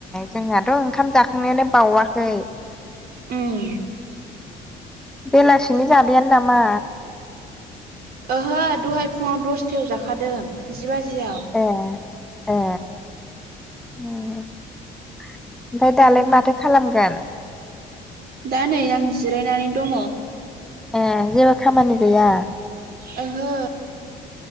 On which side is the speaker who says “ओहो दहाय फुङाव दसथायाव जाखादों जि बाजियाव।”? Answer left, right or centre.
Right